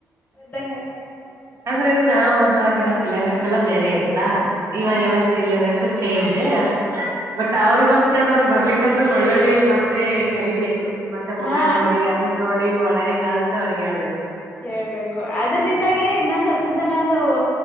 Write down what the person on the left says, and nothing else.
ಒದಂಗಯ್ತು
ಹಾ
ಹಾ
ಹೇಳ್ಬೇಕು ಅದ್ರದಿಂದಾಗಿನ ಇನ್ನೊಂದು ಹೊಸತನದು